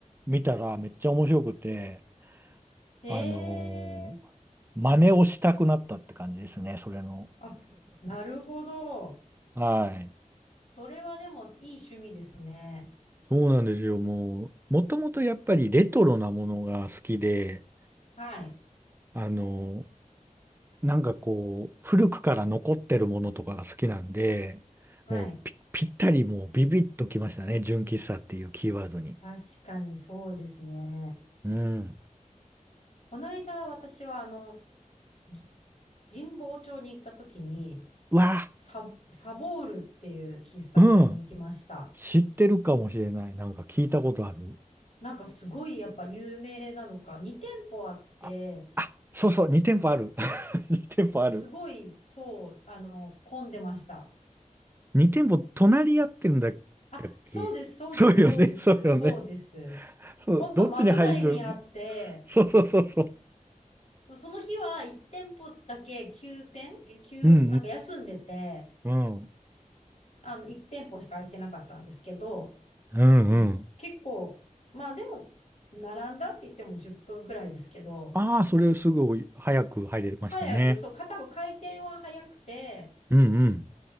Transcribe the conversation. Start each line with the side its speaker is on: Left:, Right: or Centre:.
Right: みたらめっちゃ面白くて、
Left: へ
Right: あのー真似をしたくなったって感じですね、
Left: え、
Right: それの。
Left: あ、なるほど。
Right: はい。
Left: それはでもいい趣味ですね。
Right: そうなんですよ。もう、もともとやっぱりレトロなものが好きで、
Left: はい、
Right: あの、なんかこう、古くから残ってるものとかが好きなんで、
Left: はい。
Right: もうぴ、ぴったりもうビビッときましたね。純喫茶っていうキーワードに。
Left: 確かにそうですね。
Right: うん。
Left: この間、私は、あの、じ神保町に行った時に、
Right: うわ、
Left: サ、サボールっていう喫茶店に行きました。
Right: うん。知ってるかもしれない。なんか聞いたことある。
Left: なんかすごいやっぱ有名なのか、2店舗あって、
Right: あ、あ、そうそう、2店舗ある。<laughs> 2店舗ある。
Left: すごい、そう、あの、混んでました。
Right: 2店舗隣り合ってるんだったっけそうよね、
Left: あ、そうです、そうです、そうです、
Right: そうよね。
Left: そうです。
Right: そう、
Left: 本当窓内にあって、
Right: どっちに入るそうそうそうそう。
Left: その日は1店舗だけ休店、休、
Right: うん
Left: なんか休んでて、
Right: うん。うん
Left: あの、1店舗しか空いてなかったんですけど、
Right: うんうん。
Left: もうす結構、まあでも、並んだって言っても10分くらいですけど、
Right: ああ、それすぐ早く入れましたね。
Left: 早く、そう、か多分開店は早くて、
Right: うんうん。